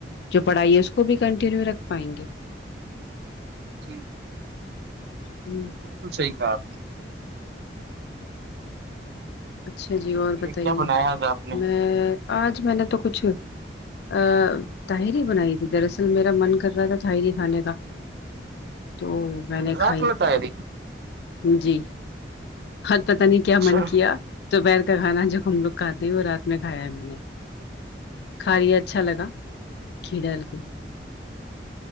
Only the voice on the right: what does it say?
جی جی
بالکل صحیح کہ آپ نے
کیا بنایا آج آپ نے
رات
میں تاری
اچھا